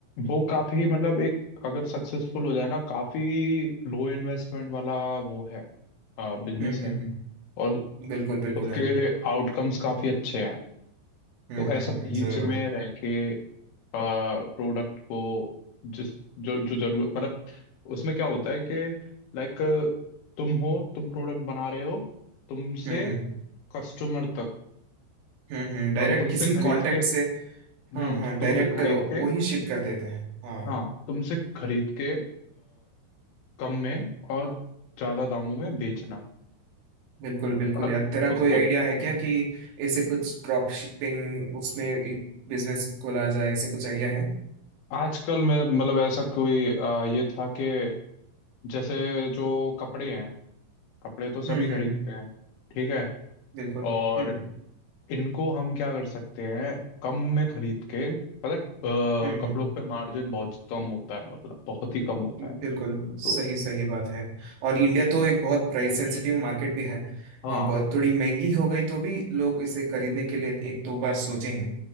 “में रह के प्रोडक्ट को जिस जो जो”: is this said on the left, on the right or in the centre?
Left